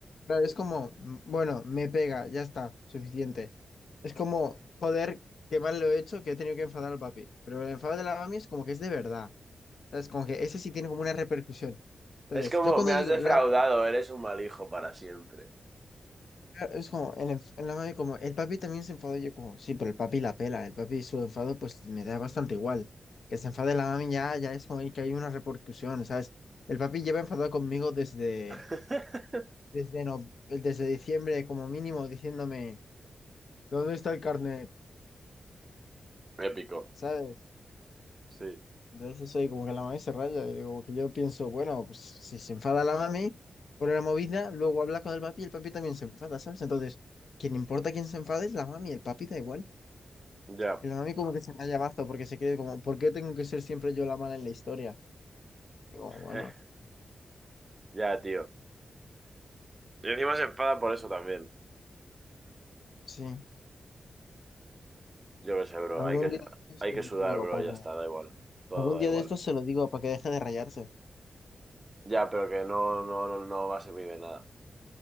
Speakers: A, on the left; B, on the right.
A: Claro, es como, mm, bueno, me pega, ya está, suficiente. Es como, joder, qué mal lo he hecho, que he tenido que enfadar al papi. Pero el enfado de la mami es como que es de verdad. ¿Sabes? Como que ese sí tiene como una repercusión. Entonces,
B: Es como,
A: yo cuando
B: me has
A: digo,
B: defraudado,
A: la,
B: eres un mal hijo para siempre.
A: es como, el, enf- la mami como, el papi también se enfadó, y yo como, sí, pero el papi la pela, el papi su enfado pues me da bastante igual. Que se enfade la mami ya, ya es como que hay una repercusión, ¿sabes? El papi lleva enfadado conmigo desde,
B: <laughs>
A: desde, no, desde diciembre como mínimo, diciéndome... ¿Dónde está el carnet?
B: Épico.
A: ¿sabes?
B: Sí.
A: Entonces soy como que la mami se raya, y digo porque yo pienso, bueno, pues si se enfada la mami por la movida, luego habla con el papi y el papi también se enfada, ¿sabes? Entonces, quien importa quién se enfade es la mami, el papi da igual.
B: Ya.
A: Y la mami como que se raya mazo porque se cree como, ¿por qué tengo que ser siempre yo la mala en la historia? digo bueno,
B: <laughs> Ya, tío. Y encima se enfada por eso también.
A: sí,
B: Yo qué sé, bro.
A: algún
B: Hay que,
A: día de estos
B: hay
A: se
B: que
A: lo
B: sudar,
A: digo,
B: bro.
A: a Paco.
B: Ya está, da igual. Todo
A: Algún
B: da
A: día
B: igual.
A: de estos se lo digo para que deje de rayarse.
B: Ya, pero que no, no, no, no va a servir de nada.